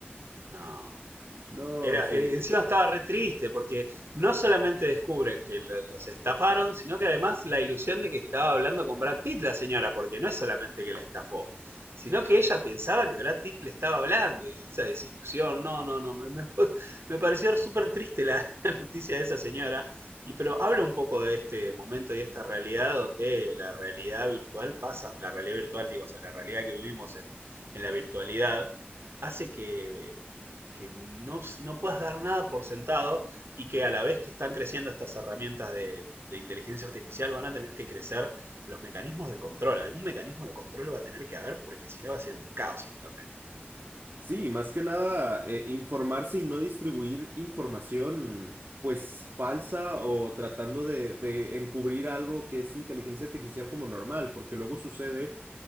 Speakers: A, on the right; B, on the right.
A: No.
B: No
A: Era,
B: sé.
A: era- encima estaba re triste porque no solamente descubren que lo- los estafaron, sino que además la ilusión de que estaba hablando con Brad Pitt la señora, porque no es solamente que la estafó, sino que ella pensaba que Brad Pitt le estaba hablando y esa desilusión, no, no, no, me, me- <laughs> po- me pareció súper triste la, <laughs> la noticia de esa señora, y pero habla un poco de este momento y esta realidad donde la realidad virtual pasa, la realidad virtual digo, o sea, la realidad que vivimos en, en la virtualidad hace que, que no, no puedas dar nada por sentado y que a la vez que están creciendo estas herramientas de, de inteligencia artificial van a tener que crecer los mecanismos de control. Algún mecanismo de control va a tener que haber porque si no va a ser un caos Internet.
B: Sí, más que nada eh, informarse y no distribuir información pues falsa o tratando de, de encubrir algo que es inteligencia artificial como normal, porque luego sucede